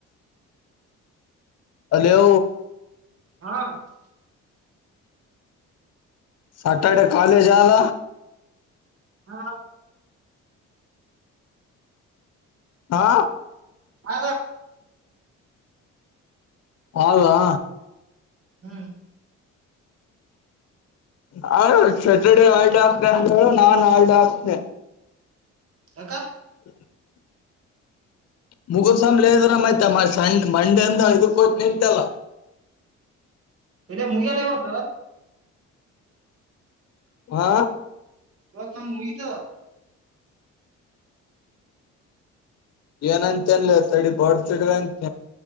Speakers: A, on the left; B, on the right.
A: ಅಲೋ.
B: ಹಾ <inaudible>
A: ಸಟರ್ಡೆ ಕಾಲೇಜ ಆದದ.
B: ಹಾ.
A: ಹಾ.
B: ಹ.
A: ಹೌದಾ.
B: ಹ್ಮ್.
A: ಹಯ ಸ್ಯಾಟರ್ಡೆ ಆಲ್ಡ ಆಗ್ತೆ ಅಂತೇಳು ನಾನ್ ಆಲ್ಡ ಆಕ್ತತೆನೆ.
B: ಹಕ.
A: <inaudible> ಮುಗುಸ್ಲದ್ರ ಮ ಸ್ ಮಂಡಿಂದ ಇದಕ್ಕ ಹತ್ ನಿಂತೆಲ್ಲ.
B: ಇಲ್ಲ ಮುಗಿಯಾಲ ಇವತ.
A: ಹಾ.
B: ಹ ತ ಮುಗಿತ.
A: ನಂತ ಚನಲ್ಲ ತಡಿ ಬಡ್ ಚಿಡಗಂತ.